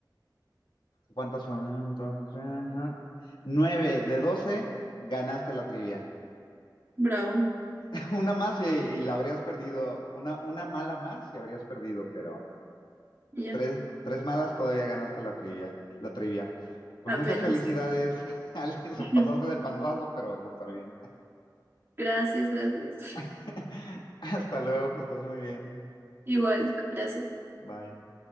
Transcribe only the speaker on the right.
Bravo,
ya,
apenas.
<laughs>
Gracias, gracias.
Igual, gracias.